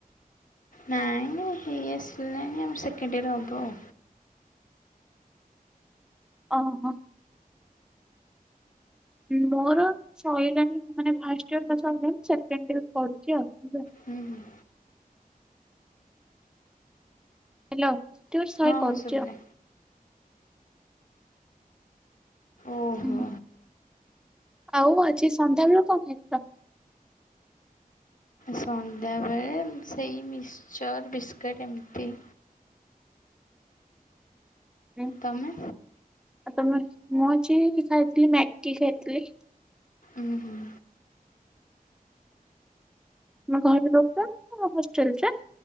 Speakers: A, on the left (about 60°); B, in the centre.
A: ନାଇଁ ମ ହେଇ ଆସିଲାନି ଆମର ସେକେଣ୍ଡ ଇୟର ହବ ଆଉ।
B: ଓହୋ। ମୋର ସଇଲାଣି ମାନେ ଫାଷ୍ଟ ଇୟର ତ ସଇଲାଣି ସେକେଣ୍ଡ ଇୟର ପଢୁଚି ଆଉ ବ
A: ହୁଁ ହୁଁ।
B: ହେଲ <unintelligible>
A: ହଁ
B: କରୁଚି
A: ହଁ ଶୁଭିଲା
B: ଆଉ।
A: ଓହୋ।
B: ହୁଁ ଆଉ ଆଜି ସନ୍ଧ୍ୟାବେଳୁ କଣ ଖାଇ <inaudible>
A: ସନ୍ଧ୍ୟାବେଳେ ସେଇ ମିକ୍ସଚର୍ ବିସ୍କୁିଟ୍ ଏମିତି।
B: ହୁଁ।
A: ତମେ
B: ଆଉ ତମେ ମୁଁ ଅଛି କି ଖାଇଥିଲି ମ୍ୟାଗି ଖାଇଥିଲି।
A: ଉଁ ହୁଁ।
B: ତମେ ଘରେ ରହୁଚ ହଷ୍ଟେଲ ରେ।